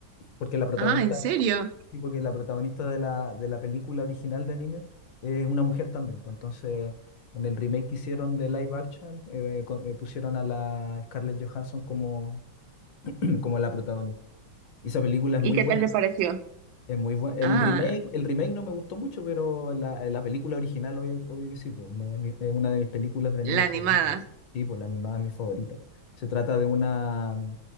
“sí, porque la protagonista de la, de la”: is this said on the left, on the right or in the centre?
Left